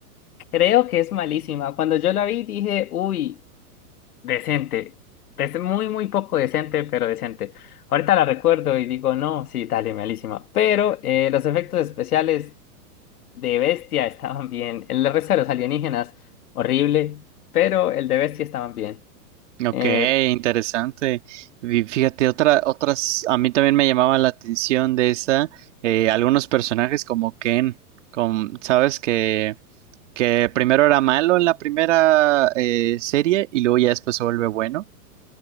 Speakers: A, on the left; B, on the right.
A: creo que es malísima. Cuando yo la vi dije, uy, decente. Es muy, muy poco decente, pero decente. Ahorita la recuerdo y digo, no, sí, dale, malísima. Pero eh, los efectos especiales de Bestia estaban bien. El resto de los alienígenas, horrible, pero el de Bestia estaban bien.
B: Ok,
A: Eh,
B: interesante. Y Fíjate, otra, otras, a mí también me llamaba la atención de esa, eh, algunos personajes como Ken, con, sabes que, que primero era malo en la primera eh, serie y luego ya después se vuelve bueno.